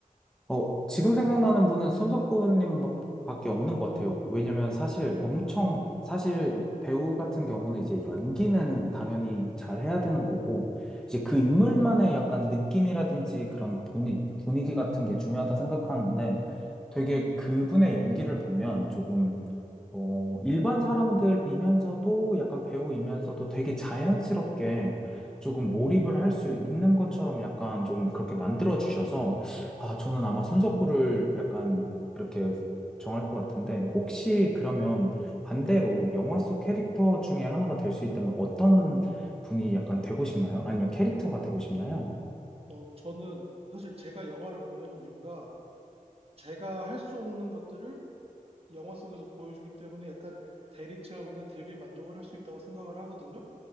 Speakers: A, in the centre; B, on the right.
A: 어, 지금 생각나는 분은 손석구님 밖- 밖에 없는 것 같아요. 왜냐면 사실 엄청, 사실 배우 같은 경우는 이제 연기는 당연히 잘 해야 되는 거고, 이제 그 인물만의 약간 느낌이라든지 그런 분위, 분위기 같은 게 중요하다 생각하는데, 되게 그분의 연기를 보면 조금 어, 일반 사람들이면서도 약간 배우이면서도 되게 자연스럽게 조금 몰입을 할 수 있는 것처럼 약간 좀 그렇게 만들어 주셔서 아, 저는 아마 손석구를 약간 이렇게 정할 것 같은데 혹시 그러면 반대로 영화 속 캐릭터 중에 하나가 될 수 있다면 어떤 분이 약간 되고 싶나요? 아니면 캐릭터가 되고 싶나요?
B: 어, 저는 사실 제가 영화를 보는 이유가 제가 할 수 없는 것들을 영화 속에서 보여주기 때문에 약간 대리 체험이나 대리 만족을 할 수 있다고 생각을 하거든요.